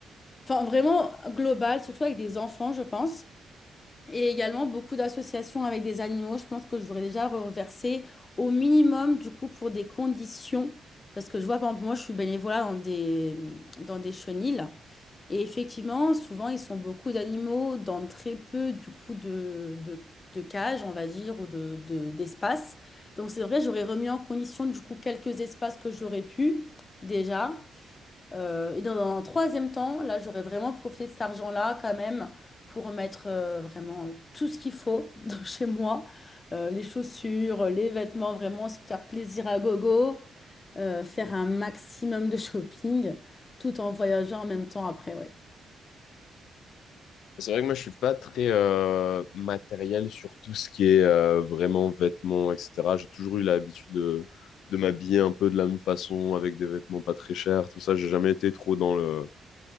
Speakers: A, on the left (about 25°); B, on the left (about 80°).
A: enfin vraiment global, surtout avec des enfants, je pense. Et également beaucoup d'associations avec des animaux. Je pense que j'aurais déjà reversé au minimum, du coup, pour des conditions. Parce que je vois, par exemple, moi, je suis bénévolat dans des, dans des chenils. Et effectivement, souvent, ils sont beaucoup d'animaux dans très peu, du coup, de, de, de cages, on va dire, ou de, de, d'espace. Donc, c'est vrai, j'aurais remis en condition, du coup, quelques espaces que j'aurais pu, déjà. Euh, et dans un troisième temps, là, j'aurais vraiment profité de cet argent-là quand même pour mettre euh, vraiment euh, tout ce qu'il faut <laughs> dans- chez moi, Euh, les chaussures, les vêtements, vraiment se faire plaisir à gogo, euh, faire un maximum de shopping tout en voyageant en même temps après, ouais.
B: C'est vrai que moi, je suis pas très euh, matériel sur tout ce qui est euh, vraiment vêtements, etc. J'ai toujours eu l'habitude de, de m'habiller un peu de la même façon, avec des vêtements pas très chers, tout ça. J'ai jamais été trop dans le